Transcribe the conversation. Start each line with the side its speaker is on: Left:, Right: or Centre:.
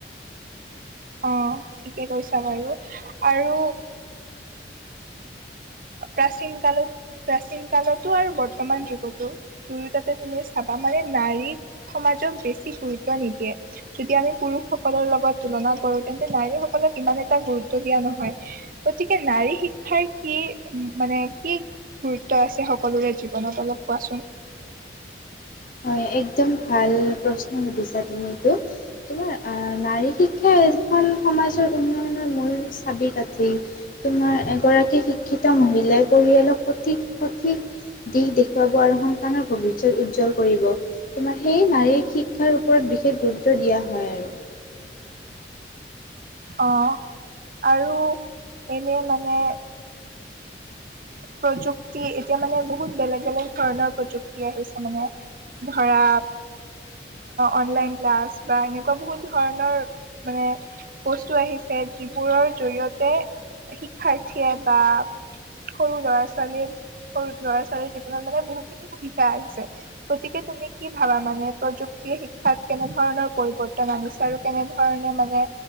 Right: অ ঠিকে কৈছা বাৰু আৰু প্ৰাচীন কালত প্ৰাচীন কালতো আৰু বৰ্তমান যুগতো দুয়োটাতে তুমি চাবা মানে নাৰী সমাজক বেছি গুৰুত্ব নিদিয়ে যদি আমি পুৰুষসকলৰ লগত তুলনাত কৰো তেন্তে নাৰীসকলক ইমান এটা গুৰুত্ব দিয়া নহয় গতিকে নাৰী শিক্ষাৰ কি মানে কি গুৰুত্ব আছে সকলোৰে জীৱনত অলপ কোৱাচোন?
Left: হয় একদম ভাল প্ৰশ্ন সুধিছা তুমি এইটো৷ তোমাৰ অ নাৰী শিক্ষাই এখন সমাজৰ উন্নয়নৰ মূল চাবি কাঠি৷ তোমাৰ এগৰাকী শিক্ষিত মহিলাই পৰিয়ালক সঠিক সঠিক দিশ দেখুৱাব আৰু সন্তানৰ ভৱিষ্যত উজ্জ্বল কৰিব৷তোমাৰ সেয়ে নাৰীৰ শিক্ষাৰ ওপৰত বিশেষ গুৰুত্ব দিয়া হয় আৰু৷
Right: অঁ আৰু এনেই মানে প্ৰযুক্তি এতিয়া মানে বহুত বেলেগ বেলেগ ধৰণৰ প্ৰযুক্তি আহিছে মানে, ধৰা অনলাইন ক্লাছ বা এনেকুৱা বহুত ধৰণৰ মানে বস্তু আহিছে যিবোৰৰ জৰিয়তে শিক্ষাৰ্থীয়ে বা সৰু ল'ৰা ছোৱালীয়ে সৰু ল'ৰা ছোৱালীৰ জীৱনত মানে বহুতখিনি সুবিধা আহিছে৷ গতিকে তুমি কি ভাবা মানে প্ৰযুক্ শিক্ষাত কেনেধৰণৰ পৰিৱৰ্তন আনিছে আৰু কেনেধৰণে মানে